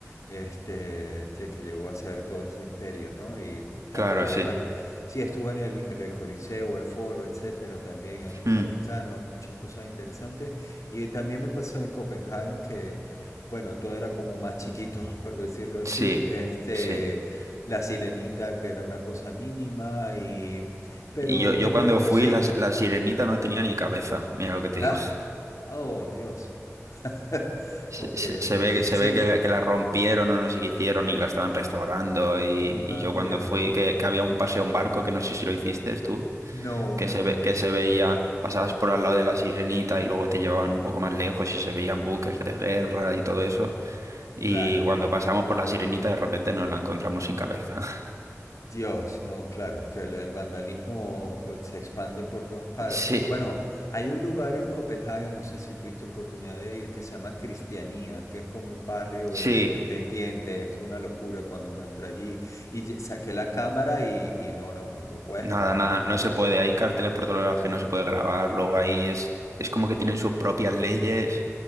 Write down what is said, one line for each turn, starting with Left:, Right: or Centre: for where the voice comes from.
Left: este, que que llegó a ser todo ese imperio, ¿no? Y, y tanta,
Right: Claro, sí.
Left: bueno, sí, estuvo en el, en el Coliseo, el Foro, etcétera, también en el
Right: Mm,
Left: Vaticano, muchas cosas interesantes. Y también me pasó en Copenhague que, bueno, todo era como más chiquito, <laughs> por decirlo así,
Right: sí,
Left: este,
Right: sí.
Left: la sirenita, que era una cosa mínima, y, pero
Right: Y yo, yo
Left: también,
Right: cuando fui,
Left: sí.
Right: la, la sirenita no tenía ni cabeza, mira lo que te
Left: Ah,
Right: digo.
Left: oh, Dios. <laughs>
Right: Se,
Left: Ok,
Right: se- se
Left: ok.
Right: ve, se
Left: Sí.
Right: ve que, la que la rompieron o no sé qué hicieron y la estaban restaurando y, y
Left: Ah,
Right: yo
Left: mira.
Right: cuando fui, que, que había un paseo en barco, que no sé si lo hiciste tú,
Left: No,
Right: que
Left: no,
Right: se
Left: no
Right: ve,
Left: lo
Right: que
Left: hice.
Right: se veía, pasabas por al lado de la Sirenita y luego te llevaban un poco más lejos y se veían buques de guerra y todo eso. Y
Left: Claro.
Right: cuando pasamos por la Sirenita de repente nos la encontramos sin cabeza. <laughs>
Left: Dios, no, claro, que el, el vandalismo eh, se expande por todas partes.
Right: Sí,
Left: Bueno, hay un lugar en Copenhague, no sé si tuviste oportunidad de ir, que se llama Cristianía, que es como un barrio
Right: sí,
Left: independiente, es una locura cuando uno entra allí. Y ye- saqué la cámara y, y no, no, no, no puedes
Right: nada,
Left: grabar,
Right: nada,
Left: no
Right: no
Left: puedes.
Right: se puede. Hay carteles por todos lados que no se puede grabar, luego ahí es, es como que tienen sus propias leyes.